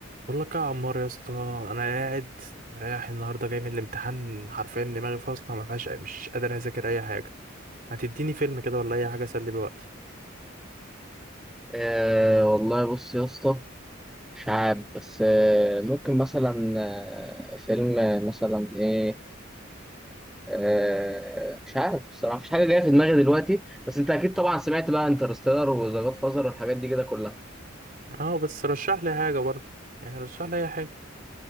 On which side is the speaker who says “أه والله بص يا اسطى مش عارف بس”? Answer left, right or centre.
Centre